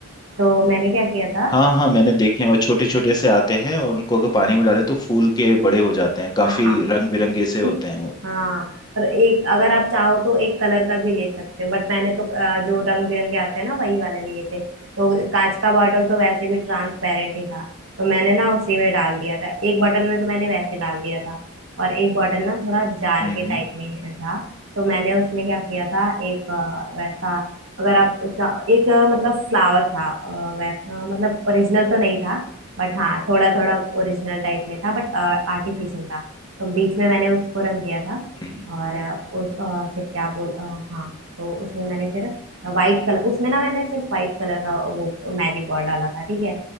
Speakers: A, on the right (about 60°); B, on the left (about 20°).
A: तो मैंने क्या किया था
B: हाँ हाँ मैंने देखे हैं वो छोटे छोटे से आते हैं और उनको अगर पानी में डाले तो फूल के बड़े हो जाते हैं
A: <laughs>
B: काफी
A: हाँ
B: रंग बिरंगे
A: हाँ
B: से होते हैं वो
A: और एक अगर आप चाहो तो एक कलर का भी ले सकते हो बट मैंने तो अ, जो रंग बिरंगे आते हैं ना वही वाले लिए थे तो कांच का बॉटल तो वैसे भी ट्रांसपेरेंट ही था तो मैंने ना उसी में डाल दिया था एक बॉटल में तो मैंने वैसे डाल दिया था और एक बॉटल ना थोड़ा जार
B: हम्म
A: के टाइप में है- था तो मैंने उसमें क्या किया था एक अ, वैसा अगर आप चा- एक अ, मतलब फ्लावर था अ, वैसा मतलब ओरिजिनल तो नहीं था बट हाँ थोड़ा थोड़ा ओरिजिनल टाइप में था बट आर्टिफिशियल था तो बीच में मैंने उसको रख दिया था
B: हम्म
A: और अ, उस अ, फिर क्या बोल अ, हाँ तो उसमें मैंने फिर वाइट कलर उसमें ना मैंने सिर्फ वाइट कलर का वो मैजिक बॉल डाला था ठीक है